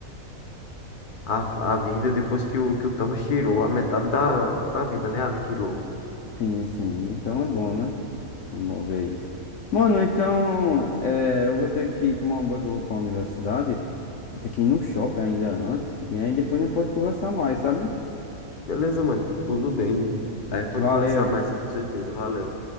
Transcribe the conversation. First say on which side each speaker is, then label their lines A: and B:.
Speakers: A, on the left; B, on the left.
A: a, a vida depois que o, que o Thanos tirou a metade da, da vida, né? Aniquilou.
B: Sim, sim. Então é bom, né? É Bom ver isso. Mano, então é, eu vou ter que tomar um banho que eu vou pra universidade. Vou ter que ir no shopping ainda antes. E aí depois a gente pode conversar mais, sabe?
A: Beleza, mano. tu- Tudo bem. Aí pode
B: Valeu.
A: conversar mais, sim, com certeza. Valeu.